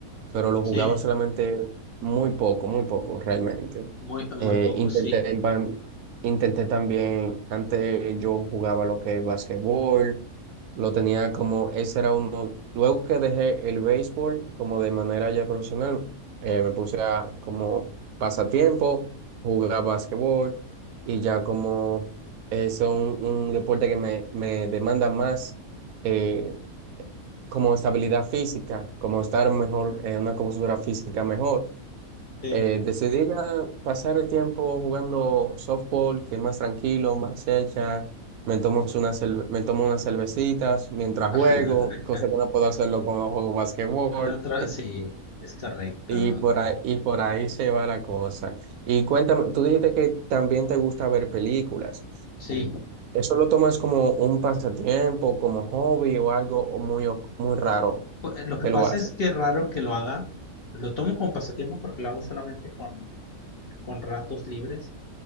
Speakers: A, on the right; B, on the left.
A: pero lo
B: Sí,
A: jugaba solamente muy poco, muy poco realmente.
B: muy,
A: Eh,
B: muy poco,
A: intenté,
B: sí,
A: en ban- intenté también, antes yo jugaba lo que es basquetbol lo tenía como, ese era uno. Luego que dejé el béisbol como de manera ya profesional, eh, me puse a como pasatiempo, jugar básquetbol y ya como es un, un deporte que me, me demanda más eh, como estabilidad física, como estar mejor, en una compostura física mejor.
B: sí.
A: Eh, decidí ya pasar el tiempo jugando softball, que es más tranquilo, más hecha. Me tomo una cel- me tomo unas cervecitas mientras
B: <laughs>
A: juego, cosa que no puedo hacerlo cuando juego basquetbol.
B: Ah, tra- sí, es correcto.
A: Y por ahí, y por ahí se va la cosa. Y cuéntame, tú dijiste que también te gusta ver películas.
B: Sí,
A: ¿Eso lo tomas como un pasatiempo, como hobby o algo o muy, o- muy raro
B: Pu- eh, lo que
A: que
B: pasa
A: lo haces?
B: es que es raro que lo haga. Lo tomo como pasatiempo porque lo hago solamente con, con ratos libres,